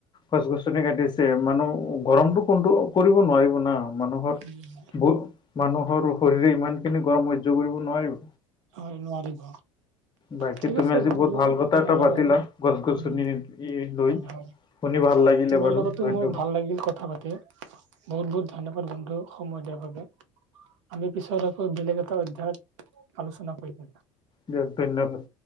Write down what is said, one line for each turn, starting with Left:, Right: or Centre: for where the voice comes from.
Left: গছ গছনি কাটিছে মানুহ গৰমটো কোনতো কৰিব নোৱাৰিব নোৱাৰিব না মানুহৰ।
Right: <unintelligible>
Left: ব মানুহৰ শৰীৰে ইমানখিনি গৰম সহ্য কৰিব নোৱাৰিব।
Right: হয় নোৱাৰিব।
Left: বাকী
Right: ঠিক
Left: তুমি
Right: আছে
Left: আজি
Right: বন্ধু
Left: বহুত ভাল কথা
Right: তোমাৰ
Left: এটা
Right: লগত
Left: পাতিলা গছ গছনি
Right: উম,
Left: ই লৈ।
Right: হয় হয়
Left: শুনি ভাল লাগিলে
Right: তোমাৰ
Left: বাৰু
Right: লগতো
Left: ধন্যবাদ
Right: মোৰ ভাল লাগিল কথা পাত- তে বহুত বহুত ধন্যবাদ বন্ধু সময় দিয়াৰ বাবে আমি পিছত আকৌ বেলেগ এটা অধ্যয়ায়ত আলোচনা কৰিম এটা।
Left: দিয়ক ধন্যবাদ।